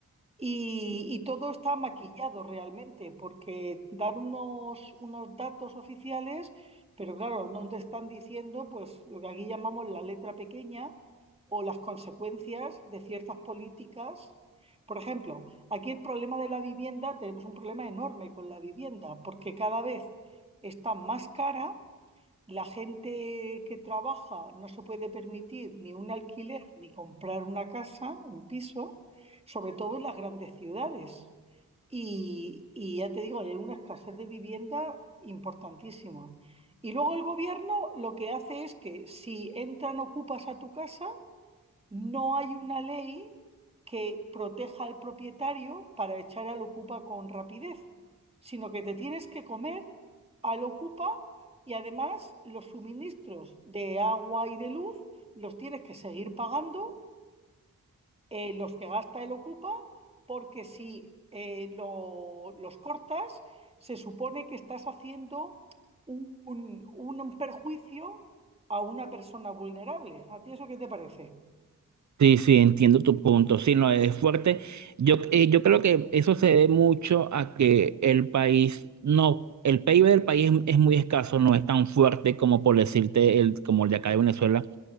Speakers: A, on the right; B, on the right.
A: Y, y todo está maquillado realmente, porque dan unos, unos datos oficiales, pero claro, no te están diciendo pues lo que aquí llamamos la letra pequeña o las consecuencias de ciertas políticas. Por ejemplo, aquí el problema de la vivienda, tenemos un problema enorme con la vivienda, porque cada vez está más cara la gente que trabaja no se puede permitir ni un alquiler ni comprar una casa, un piso, sobre todo en las grandes ciudades. Y, y ya te digo, hay una escasez de vivienda importantísima. Y luego el gobierno lo que hace es que si entran ocupas a tu casa, no hay una ley que proteja al propietario para echar al ocupa con rapidez, sino que te tienes que comer al ocupa y además los suministros de agua y de luz los tienes que seguir pagando, eh, los que gasta el ocupa, porque si eh, lo- los cortas, se supone que estás haciendo un, un perjuicio a una persona vulnerable. ¿A ti eso qué te parece?
B: Sí, sí, entiendo tu punto. Sí, no, es fuerte. Yo, eh, yo creo que eso se debe mucho a que el país, no, el PIB del país es, es muy escaso, no es tan fuerte como por decirte el, como el de acá de Venezuela.